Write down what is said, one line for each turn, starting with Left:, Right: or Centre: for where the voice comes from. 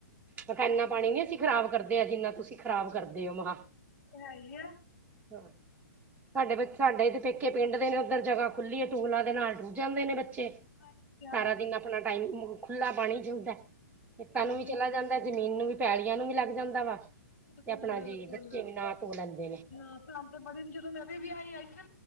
Right: ਮੈਂ ਕਿਹਾ ਇਨਾ ਪਾਣੀ ਨੀ ਅਸੀਂ ਖਰਾਬ ਕਰਦੇ ਆ ਜਿੰਨਾ ਤੁਸੀਂ ਖ਼ਰਾਬ ਕਰਦੇ ਹੋ ਮ ਕਿਹਾ
Left: ਹੈਈ ਆ
Right: ਹਾਂ ਸਾਡੇ ਬ ਸਾਡੇ ਪੇਕੇ ਪਿੰਡ ਦੇ ਨੇ ਉੱਧਰ ਜਗ੍ਹਾ ਖੁੱਲੀ ਹੈਏ ਟਿਊਬਲਾ ਤੇ ਨਹਾਉਣ ਚਲੇ ਜਾਂਦੇ ਨੇ ਬੱਚੇ
Left: ਹਾਂਜੀ ਹਾਂਜੀ
Right: ਸਾਰਾ ਦਿਨ ਆਪਣਾ ਟਾਈਮ ਖੁੱਲਾ ਪਾਣੀ ਜੁਦਾ ਖੇਤਾਂ
Left: ਹਾਂਜੀ
Right: ਨੂੰ ਵੀ ਚਲਾ ਜਾਂਦਾ ਜ਼ਮੀਨ ਨੂੰ ਵੀ ਪੈਲੀਆਂ ਨੂੰ ਵੀ ਲੱਗ ਜਾਂਦਾ ਵਾ
Left: ਬਿਲਕੁਲ
Right: ਤੇ ਆਪਣਾ
Left: ਬਿਲਕੁਲ
Right: ਜੇ ਬੱਚੇ ਵੀ ਨਾ ਤੋ ਲੈਂਦੇ ਨੇ
Left: ਹਾਂ ਸਾਨੂੰ ਤੇ ਬੜੀ ਜਦੋਂ ਮੈਂ ਵੀ ਵਿਆਹੀ ਆਈ ਸੀ